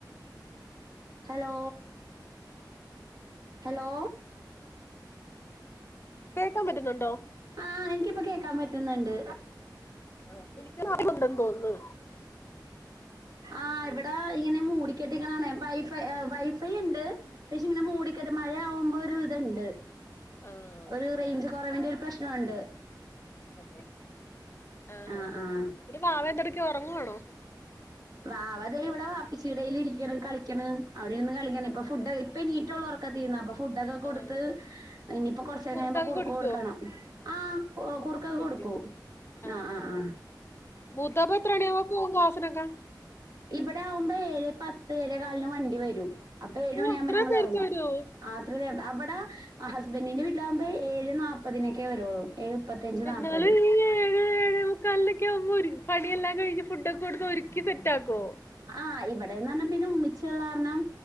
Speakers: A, on the right; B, on the left.
A: hello hello
B: കേക്കാൻ പറ്റുന്നുണ്ടോ
A: ആഹ് എനിക്കിപ്പ കേക്കാൻ പറ്റുന്നുണ്ട്
B: ആഹ് എനിക്ക് <unintelligible> ണ്ടെന്ന് തോന്നന്ന്
A: ആഹ് ഇവിട ഇങ്ങനെ മൂടിക്കെട്ടിനിക്കണണെ വൈഫൈ വൈ ഫൈ യുണ്ട് പക്ഷെ ഇങ്ങനെ മൂടികെട്ട് മഴയാകുമ്പോ ഒരു ഇതുണ്ട്
B: ആഹ്
A: ഒരു റേഞ്ച് കുറവിന്റെ ഒരു പ്രശ്നോണ്ട്
B: അത ആഹ് ഹ്
A: ആ
B: ആഹ് ആഹ്
A: ആ
B: പിന്നെ വാവെന്തെടുക്കെ ഒറങ്ങുവാണോ
A: വാവതെ ഇവിടെ വാപ്പച്ചിടെൽ ഇരിക്കണ് കളിക്കണ് അവിടെ നിന്ന് കളിക്ക ഇപ്പ
B: ആഹ്
A: ഫുഡ് ഇപ്പം നീറ്റുള്ളൂ ഓർക്കതീന്ന് അപ്പൊ ഫ് ഫുഡൊക്കെ കൊടുത്ത്
B: ആഹ്
A: ഇനിയിപ്പോ കൊറച്ചേരം
B: കുറുക്കങ്ങ്
A: കഴിയുമ്പൊ കുറുക്ക്കൊടുക്കണം
B: കുടിക്കുവോ
A: ആഹ് ഓഹ് കുറ്ക്കക്ക
B: കുടിക്കും
A: കൊടുക്കൂ
B: ആഹ്
A: ആ ആ
B: ആഹ്
A: ആ
B: ആഹ് മൂത്തപ്പ എത്രണിയാകുമ്പോ പോകും ക്ലാസിനൊക്കെ
A: ഇവിട ആകുമ്പേ ഏഴ് പത്ത് ഏഴെ കാലിന് വണ്ടി വരും അപ്പൊ ഏഴുമണിയാകുമ്പ
B: ഓഹ് അത്രേം
A: ഞങ്ങൾറങ്ങും
B: നേരത്തെ വരുവോ
A: ആത്രത് ആ അവിടെ ഹസ്ബൻഡിന്റെ വീട്ടിലാകുമ്പോ ഏഴ് നാപ്പതിനൊക്കെ വരുള്ളൂ ഏഴ് മുപ്പത്തഞ്ച്
B: എന്നാലും
A: നാപ്പത്
B: ഈ ഏഴ്‌ ഏഴെ മുക്കാലിനൊക്കെ ആവുമ്പോ രു പണിയെല്ലാം കഴിഞ് ഫുഡ്ക്കെ കൊടുത്ത് ഒരുക്കി സെറ്റാക്കുവോ
A: ആഹ് ഇവിടെന്ന് പറഞ്ഞാ പിന്നെ ഉമിച്ച ഉള്ള കാരണം